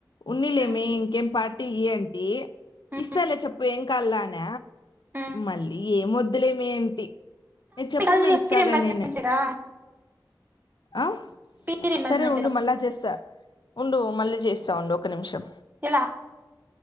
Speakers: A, on the left (about 75°); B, on the right (about 25°).
A: ఉన్నలేమే
B: ఉమ్,
A: ఇంకేం పాట్ టి న్ టి
B: ఉమ్,
A: ఇస్తలే చెప్పు ఏం కాల్లా న
B: ఉమ్.
A: మళ్ళీ ఏ వద్దులేమి ఏంటి ఏ చెప్పు
B: కాదు
A: మీ ఇస్తాగాని
B: ఫీర్ ఎంబాసిమెంట్
A: నీనే
B: లేదా
A: ఆ
B: ఫీర్ ఎంబాసిమెంట్
A: సరే ఉండు
B: లేదా
A: మళ్ళా చేస్తా ఉండు మళ్ళీ చేస్తామండి ఒక నిమిషం
B: ఇలా